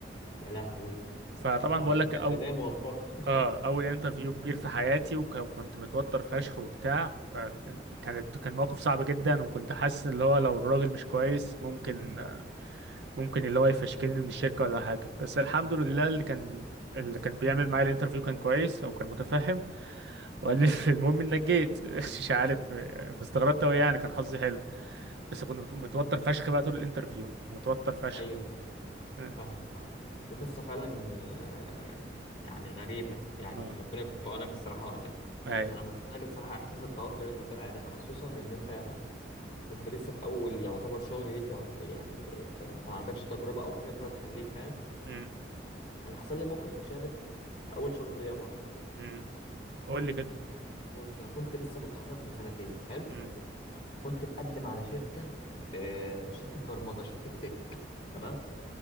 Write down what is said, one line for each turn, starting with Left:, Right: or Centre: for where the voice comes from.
Left: يا لهوي
Right: فطبعا
Left: ده
Right: بقول لك
Left: ده- بدايه موفقه
Right: اه اول انترفيو كبير في حياتي وك- وكنت متوتر فشخ وبتاع فكانت كان موقف صعب جدا وكنت حاسس اللي هو لو الراجل مش كويس ممكن ممكن اللي هو يفشكلني من الشركة ولا حاجة بس الحمد لله اللي كان اللي كان بيعمل معايا الانترفيو كان كويس او كان متفهم
Left: <laughs>
Right: وقال
Left: امم
Right: لي <laughs> المهم انك جيت <laughs> مش عارف فاستغربت قوي يعني كان حظي حلو بس كنت مت- متوتر فشخ بقى طول الانترفيو متوتر فشخ
Left: ايوه فاهم
Right: اه
Left: فاهمك فاهم دي قصه فعلا آه، يعني غريبه يعني
Right: آه.
Left: ربنا يكون في عونك الصراحه وقتها
Right: اي
Left: انا متخيل الصراحه احساس التوتر اللي انت بتقول عليه ده خصوصا ان انت كنت لسه في اول يعتبر شغل ليك يعت... يعني فانت ما عندكش تجربه او خبره تخليك فاهم
Right: أمم،
Left: انا حصل لي موقف مشابه في اول شغل ليا برضه
Right: أمم. قول لي كده
Left: ب- بص انا كنت لسه متخرج من سنتين حلو
Right: أمم،
Left: كنت مقدم على شركه آه شركه برمجه شركه تك تمام